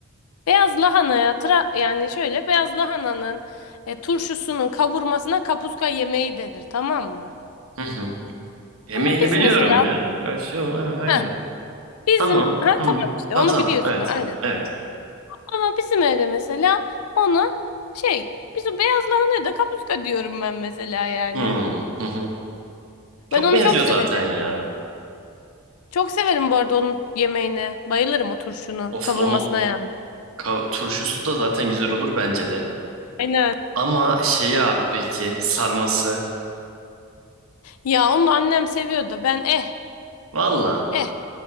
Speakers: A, on the left (about 85°); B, on the right (about 70°).
A: Beyaz lahanaya tra- yani şöyle beyaz lahananın e, turşusunun kavurmasına kapuska yemeği denir tamam mı?
B: Hı hı. Yemeğini
A: Ama biz
B: biliyorum
A: mesela
B: ya. Gerçi yok. Evet, aynen.
A: ha bizim
B: Tamam.
A: ha
B: Hı.
A: tamam işte
B: Tamam
A: onu
B: tamam.
A: biliyorsun
B: Evet.
A: aynen.
B: Evet.
A: Ama bizim evde mesela ona şey biz o beyaz lahanaya da kapuska diyorum ben mesela yani.
B: Hı. Hı hı. Çok
A: Ben onu
B: benziyor
A: çok severim.
B: zaten ya.
A: Çok severim bu arada onun yemeğine. Bayılırım o turşunun
B: Of
A: kavurmasına
B: onun
A: yani.
B: ka- turşusu da zaten güzel olur bence de.
A: Aynen.
B: Ama şeyi abi peki sarması.
A: Ya onu annem seviyor da ben eh
B: Valla.
A: eh